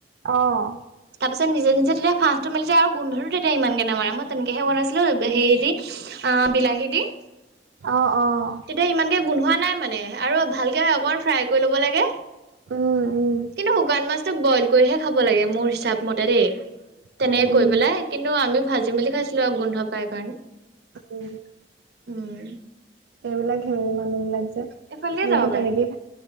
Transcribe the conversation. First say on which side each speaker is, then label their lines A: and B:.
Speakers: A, on the right; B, on the right.
A: অ, '
B: তাৰপিছত নিজে নিজে তেতিয়া ফাঁহটো মেলি যায় আৰু গোন্ধটো তেতিয়া ইমানকে নামাৰে মই তেনেকৈহে বনাইছিলোঁ হেৰি দি। অ, ' বিলাহী দি।
A: অ, 'অহ
B: তেতিয়া ইমানকে গোন্ধোৱা নাই মানে আৰু ভালকে অকণমান ফ্ৰাই কৰি ল'ব লাগে।
A: উম, উম,
B: কিন্তু শুকান মাছতটো বইল কৰিহে খাব লাগে মোৰ হিচাপ মতে দেই
A: উম,
B: তেনেকে
A: উম,
B: কৈ পেলাই কিন্তু আমি ভাজি মেলি খাইছিলোঁ আৰু গোন্ধ পাই কাৰণে।
A: <unintelligible>
B: উম।
A: সেইবিলাক হেৰি মানুহ বিলাক যে এইেইবোৰ
B: এইফালে দিয়ে যাব পাৰে
A: তেনেকে